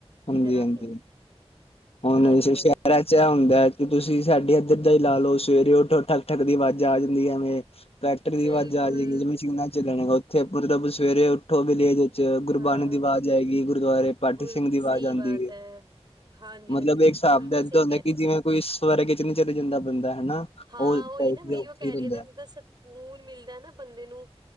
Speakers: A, on the left; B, on the right.
A: ਹਾਂਜੀ,
B: ਇੱਧਰ ਆ
A: ਹਾਂਜੀ
B: ਕੇ
A: ਹੁਣੇ
B: ਹਾਂਜੀ
A: ਸ਼ਹਿਰਾਂ
B: ਹਾਂਜੀ
A: ਚ <unintelligible> ਚ ਹੁੰਦਾ ਹੈ ਕਿ ਤੁਸੀਂ ਸਾਡੇ ਇੱਧਰ ਦਾ ਹੀ ਲਾ ਲਓ, ਸਵੇਰੇ ਉੱਠੋ ਠੱਕ ਠੱਕ ਦੀ ਆਵਾਜ਼ਾਂ ਆ ਜਾਂਦੀ ਹੈ ਨੇ। ਟਰੈਕਟਰ ਦੀ
B: ਬਿਲਕੁਲ
A: ਆਵਾਜ਼ਾ ਆ ਜਾਏਗੀ, ਮਸ਼ੀਨਾਂ ਚੱਲਣਗਾ ਉੱਥੇ ਮਤਲਬ ਸਵੇਰੇ ਉੱਠ ਵਿਲੇਜ ਗੁਰਬਾਣੀ
B: ਹਾਂ
A: ਦੀ ਆਵਾਜ਼ ਆਏਗੀ, ਗੁਰਦੁਆਰੇ ਪਾਠੀ
B: ਗੁਰ
A: ਸਿੰਘ ਦੀ ਆਵਾਜ਼
B: ਸਹੀ
A: ਆਉਂਦੀ
B: ਬਾਤ
A: ਹੈ।
B: ਹਾਂਜੀ
A: ਮਤਲਬ
B: ਹਾਂਜੀ
A: ਇਹ ਹਿਸਾਬ
B: ਬਿਲਕੁਲ ਬਿਲਕੁਲ
A: ਦਾ ਏਦ
B: ਸਹੀ
A: ਹੁੰਦਾ
B: ਕਹਿ ਰਹੇ
A: ਕਿ
B: ਹੋ
A: ਜਿਵੇਂ ਕੋਈ ਸਵਰਗ ਵਿਚ ਨੀ ਚਲੇ ਜਾਂਦਾ ਬੰਦਾ ਹਨਾ।
B: ਹਾਂ,
A: ਉਹ ਟਾਈਪ
B: ਉਹੀ ਨਾ ਮੇ
A: ਦਾ
B: ਉਹ ਕਹਿਰੀਆ
A: ਫੀਲ ਹੁੰਦਾ
B: ਨਾ, ਜਿੱਦਾਂ ਸਕੂਨ ਮਿਲਦਾ ਨਾ ਬੰਦੇ ਨੂੰ